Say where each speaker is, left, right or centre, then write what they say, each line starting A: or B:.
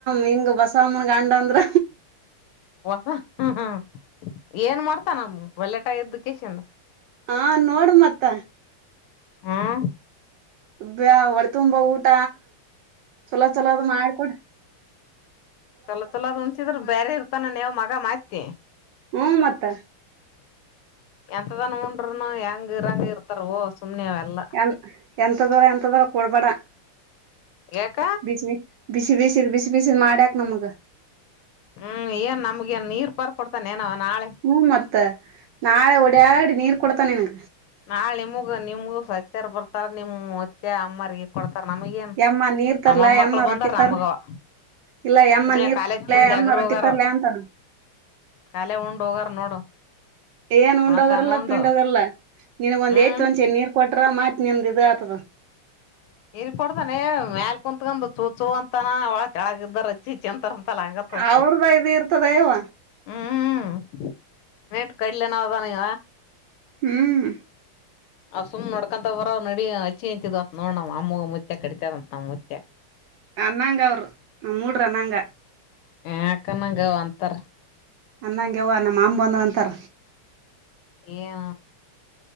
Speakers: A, on the right; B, on the left.
A: ಹಿಂಗ ಬಸವಮ್ಮನ ಗಂಡ ಅಂದ್ರ
B: ಹೊಸ ಹ್ಮ ಏನ್ ಮಾಡ್ತಾನ ಅವ್ನು ಒಳ್ಳೆಟ ಎಜುಕೇಶನ್?
A: ಹಾ ನೋಡು ಮತ್ತ.
B: ಹ್ಮ್
A: ಬ್ಯಾ ಹೊಟ್ತುಂಬಾ ಊಟ ಚಲೋ ಚಲೋ ಅದ್ ಮಾಡಬುಟ್
B: ಚಲೋ ಚಲೋದ್ ಉನಸಿದ್ರೆ ಬ್ಯಾರೆ ಇರ್ತಾನೇನೋ ಮಗ <unintelligible>
A: ಹ್ಮ ಮತ್ತ.
B: ಎಂತದಾನ ಉಣ್ಣದ್ರುನು ಹೆಂಗ ಇರಂಗ ಇರು ತಾರೋ ಸುಮ್ನೆ ಅವೆಲ್ಲ.
A: ಎಂ ಎಂತದರ ಎಂತದರ ಕೊಡ್ಬ್ಯಾಡ
B: ಯಾಕ?
A: ಬಿಸಿ ಬಿಸಿ ಬಿಸಿದ ಬಿಸಿ ಬಿಸಿದ್ ಮಾಡ್ಯಾಕ್ ನಮ್ಗ್.
B: ಹ್ಮ್ ಏನ್ ನಮ್ಗೆನ್ ನೀರ್ ಪರ್ ಕೊಡ್ತಾನೇನವ ನಾಳೆ
A: ಹ್ಮ ಮತ್ತ ನಾಳೆ ಒಡ್ಯಾಡಿ ನೀರ್ ಕೊಡ್ತನೇನಾ?
B: ನಾಳೆ ನಿಮಗ ನಿಮಗು <unintelligible> ಬರ್ತಾರ ನಿಮ್ ಹೊತ್ತೆ ಅಮ್ವ್ರಗೆ. ಕೊಡ್ತಾರ ನಮಗ ಏನ್
A: ಯಮ್ಮ ನೀರ್ ತರ್ಲಾ
B: ನಮ್ಮಮ್ಮಕ್ಳು
A: ಯಮ್ಮ
B: ಬಂದಾರ
A: ರೊಟ್ಟಿ ತರ್ಲ
B: ನಮಗ ಗವ್ವ
A: ಇಲ್ಲ ಯಮ್ಮ
B: ಸುಮನೆ
A: ನೀರ್
B: ಕಾಲೇಜ
A: ತರ್ಲ್ಯಾ
B: ಕಿಂದ
A: ಯಮ್ಮ
B: ಹೋಗೋವರು
A: ರೊಟ್ಟಿ ತರ್ಲ್ಯಾ ಅಂತಾನ
B: ಕಾಲೆ ಉಂಡು ಹೋಗಾರ ನೋಡು
A: ಏನ್ ಉಂಡೋಗರಲ್ಲ
B: ಉಣತಾನ ಉಂಡು
A: ಪಿಂಡೋಗರ್ಲ್ಲಾ ನಿನ್ಗ್ ಒಂದ್
B: ಹ್ಮ್
A: ಯತ್ ಒಂದಚೆ ನೀರ್ ಕೊಟ್ರ ಮತ್ ನಿಂದಿ ನಿಂದಾ ಇದ ಆತಾದ
B: ಇ ಕೊಡ್ತಾನೆ ಮೇಲ್ ಕುಂತ್ಕಂದ್ ಚೂಚೂ ಅಂತಾನ ಒಳಗ ಕೆಲಾಗ ಇದುರ್ ಚಿ ಚಂತರ ಅಂತಲ್ಲ ಹಂಗತ್ತದ
A: ಅವ್ರದ ಇದ ಇರ್ತದ ಯವ್ವ
B: ಹ್ಮ್ ನೇಟ್ ಕಡ್ಲೆ ಏನ ಅದನ್ನವ್ವ
A: ಹ್ಮ್
B: ಅ ಸುಮ್ ನಡ್ಕಂತ ಬರ ನಡಿ ಅಚ್ಚಿಂಂತಿದ್ ನೋದ ನಮ್ಮ ಅಮ್ಮ ಮುತ್ತೇ ಕರಿತನಂತ ಅಂತ ನಮ್ಮ್ ಮುತ್ಯಾ
A: ಅನ್ನಂಗ ಅವರು ನಮ್ಮ ಮೂಡ್ರ ಅನ್ನಂಗ
B: ಯಕ ನಂಗ ಅವು ಅಂತಾರ
A: ನನಂಗ ಯವ್ವ ನಮ್ಮ ಮಾಮ್ಮ ಬಂದನ ಅಂತಾರ
B: ಯಾ